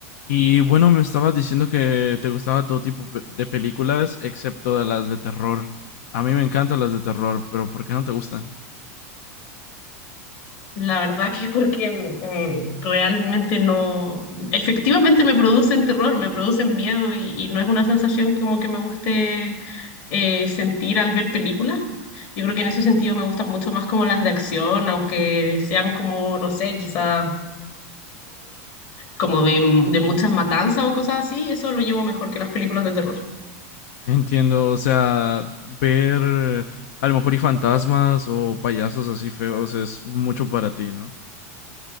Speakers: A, on the left (about 70°); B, on the left (about 50°).
A: Y bueno, me estabas diciendo que te gustaba todo tipo pe- de películas, excepto de las de terror. A mí me encantan las de terror, pero ¿por qué no te gustan?
B: La verdad que porque mm, realmente no, efectivamente me producen terror, me producen miedo y, y no es una sensación como que me guste eh, sentir al ver películas. Yo creo que en ese sentido me gustan mucho más como las de acción, aunque sean como, no sé, quizás como de, de muchas matanzas o cosas así, eso lo llevo mejor que las películas de terror.
A: Entiendo, o sea, ver eh, a lo mejor y fantasmas o payasos así feos es mucho para ti, ¿no?